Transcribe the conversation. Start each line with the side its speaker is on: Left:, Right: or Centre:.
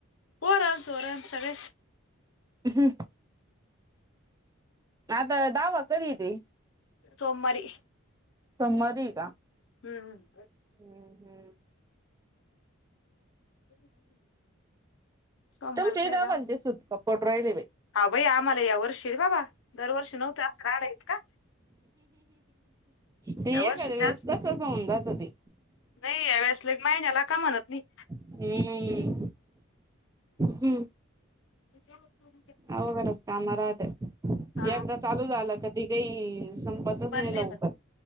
Left: पोरसोरा सगळेच.
Right: ह. आता दावा कधीे यिती?
Left: सोमारी.
Right: सोमवारी हे का?
Left: हं.
Right: हम्म, हम्म.
Left: <inaudible> सोमवारच
Right: तुमचे
Left: आहे
Right: द
Left: दाव
Right: बांते सुटका पोट राहिले बाई.
Left: हा भाई आम्हाला या वर्षी बाबा दरवर्षी नव्हते आ काडाईत का.
Right: ते
Left: या
Right: येकाद्या
Left: वर्षी
Right: वेळस
Left: जास्त
Right: तसचं होऊन जात ते.
Left: नाही या वळेसले महिन्याला का म्हणत नाहीत.
Right: हम्म. हम.
Left: <unintelligible>
Right: अवघडच काम राहत एकदा
Left: हा
Right: चालू झालं कधी काही संपतच
Left: पडले
Right: नाही लवकर.